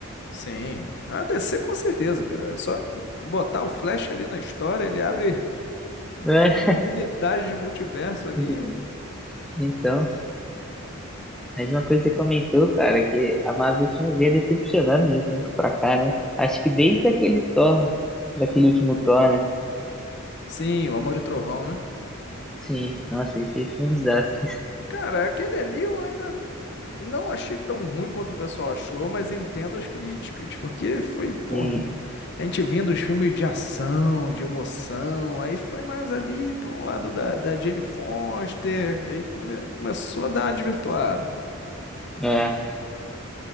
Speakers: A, on the left; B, in the centre.
A: Sim. A DC com certeza, cara. É só botar o Flash ali na história, ele abre.
B: né?
A: Infinidade de multiverso
B: <laughs>
A: ali.
B: Então, mais uma coisa que você comentou, cara, que a Marvel tinha vindo decepcionando de um tempo pra cá, né? Acho que desde aquele Thor, daquele último Thor, né?
A: Sim, o Amor e Trovão, né?
B: Sim, nossa, esse filme é um desastre.
A: Cara, aquele ali eu ainda não achei tão ruim quanto o pessoal achou, mas entendo as críticas, porque foi, porra,
B: Sim,
A: a gente vinha dos filmes de ação, de emoção, aí foi mais ali para um lado da, da Jane Foster, que aí come- começou a dar uma desvirtuada.
B: é,